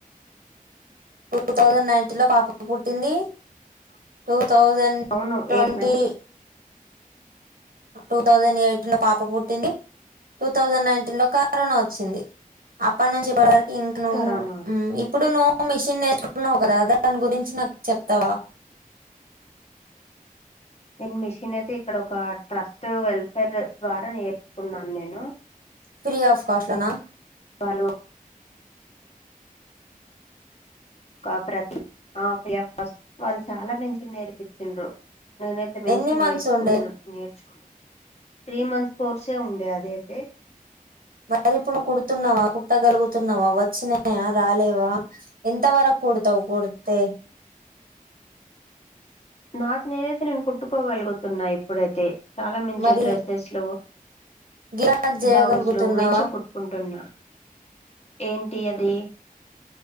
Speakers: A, on the right; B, on the left.
A: టూ థౌజండ్ నైన్టీన్ లో పాప పుట్టింది టూ థౌజండ్
B: అవును
A: ట్వంటీ
B: ఏడు
A: టూ థౌజండ్ ఎయిటీన్ లో పాప పుట్టింది. టూ థౌజండ్ నైన్టీన్ లో కరోనా వచ్చింది అప్పుడు నుంచి ఇప్పటి వరకు ఇంట్లోన
B: కరోనా
A: మ్మ్ ఇప్పుడు నువ్వు మిషిన్ నేర్చుకున్నావు కదా దాని గురించి నాకు చెప్తావా
B: నేను మిషనే అయితే ఇక్కడ ఒక ట్రస్ట్ వెల్ఫేర్ ద్వారా నేర్చుకున్నాను నేను
A: ఫ్రీ ఆఫ్ కాస్ట్ లోనా
B: వాళ్ళు కాఫ్ రా ఆ <inaudible> వాళ్ళు చాలా మించి నేర్పించిండ్రు నేనైతే మించిగా
A: ఎన్ని మంత్స్
B: నేర్చుకున్నా
A: ఉండే
B: నేర్చుకున్నాను త్రీ మంత్స్ కోర్సే ఉండే అదయితే
A: మరిప్పుడు నువ్ కుడుతున్నావా? కుట్టగలుగుతున్నావా? వచ్చినాయా, రాలేవా ఎంతవరకు కుడతావు కుడితే
B: నాకు నేనైతే నేను కుట్టుకోగలుగుతున్నా ఇప్పుడైతే చాలా మంచి
A: మరి
B: డ్రెస్సెస్లు,
A: గిరాక్ చేయగలుగుతున్నావా
B: బ్లౌజ్ లు మించి కుట్టుకుంటున్నా ఏంటి అది